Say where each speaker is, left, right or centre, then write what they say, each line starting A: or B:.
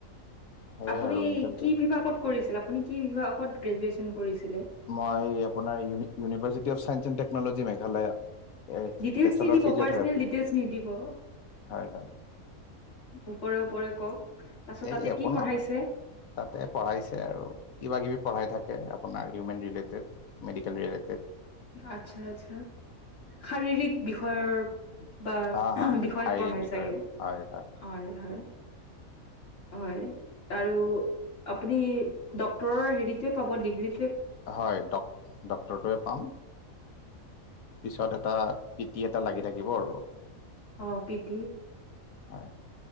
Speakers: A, on the left; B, on the left.
A: সেয়ে
B: আপুনি
A: আৰু ইণ্টাৰ্ণশ্বিপ
B: কি বিভাগত কৰিছিল আ আপুনি কি বিভাগকত গ্ৰেজুৱেশ্যন কৰিছিলে?
A: মই আপোনাৰ ইউভাৰ্চিট অফ চাইন্ এণ্ টেকনলি <unintelligible> <unintelligible> এই
B: ডিটেইলছ
A: বেচেলৰ
B: নিদিব
A: ফিজিঅ'থেৰাপি,
B: পাৰ্চনেল ডিটেইলছ নিদিব
A: হয় হয়।
B: ওপৰে ওপৰে কওক। তাৰপিছত
A: এই
B: তাতে
A: একো
B: কি পঢ়াইছে
A: নহয়। তাতে পঢ়াইছে আৰু কিবা কিবি পঢ়াই থাকে আপোনাৰ হিউমেন ৰিলেটেড। Medical related.
B: আচ্ছা-আচ্ছা' শাৰীৰিক বিষয়ৰ বা
A: হা হা
B: বিষয়ত
A: শাৰীৰিক
B: পঢ়াই
A: বিষয়ৰ
B: চাগে,
A: হয়
B: হয় হয়। হয় আৰু আপুনি ডক্তৰৰ হেৰিটোৱে পাব ডিগ্ৰী।
A: হয়, ড-ডক্টৰটোৱে পাম। পিছত এটা পিটি এটা লাগি থাকিব আৰু।
B: অঁ পিতি।
A: হয়